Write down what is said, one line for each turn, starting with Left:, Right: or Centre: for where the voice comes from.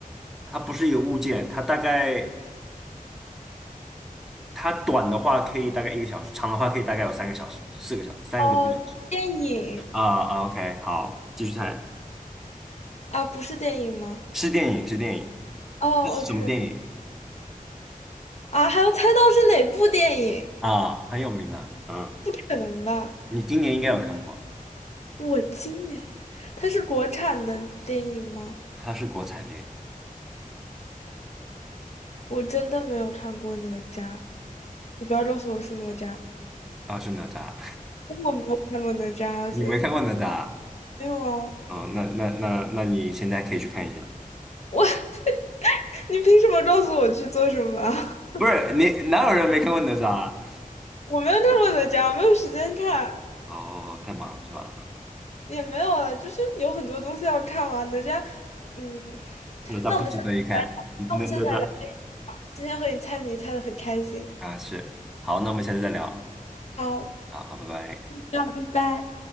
Centre: 它不是一个物件，它大概它短的话可以大概一个小时，长的话可以大概有三个小时、四个小时、三个多小时。
Left: 哦，电影
Centre: 啊啊，OK，好，继续猜，
Left: 啊，不是电影吗？
Centre: 是电影，是电影，
Left: 哦，OK，
Centre: 这是什么电影
Left: 啊，还要猜到是哪部电影？
Centre: 啊？很有名的，嗯，
Left: 不可能吧？
Centre: 你今年应该有看过，
Left: 我今年，它是国产的电影吗？
Centre: 它是国产电影
Left: 我真的没有看过哪吒，你不要告诉我是哪吒，
Centre: 啊，是哪吒，
Left: 我没有看过哪吒，
Centre: <laughs>
Left: 啊所以
Centre: 你没看过哪吒？
Left: 没有啊。
Centre: 哦，那那那那你现在可以去看一下，
Left: 我，<laughs> 你凭什么告诉我去做什么啊？
Centre: 不是你哪有人没看过哪吒啊
Left: <laughs> 我没有看过哪吒，我没有时间看。
Centre: 哦，太忙了是吧？
Left: 也没有啊，就是有很多东西要看完的。这样，嗯，
Centre: 哪吒不值得一看，
Left: 那我们下次来聊，
Centre: 哪哪吒
Left: 那我们下次来聊。今天和你猜谜猜的很开心，
Centre: 啊是，好，那我们下次再聊，
Left: 好，
Centre: 啊，好，拜拜。
Left: 那拜拜。